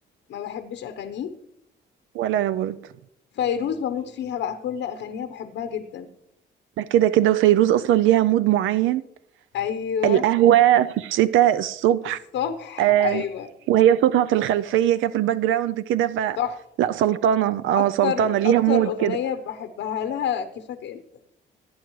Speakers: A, on the left; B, on the right.
A: ما بحبش اغانيه
B: ولا انا برضه
A: فيروز بموت فيها بقى كل اغانيها بحبها جدا
B: لا كده كده وفيروز اصلا ليها مود معين
A: ايوه
B: القهوة في الشتاء الصبح
A: الصبح
B: آه
A: ايوه
B: وهي صوتها في الخلفية كده في الباك جراوند كده ف
A: تحفه
B: لا سلطانة اه
A: اكتر
B: سلطانة ليها
A: اكتر
B: مود
A: اغنية
B: كده
A: بحبها لها كيفك انت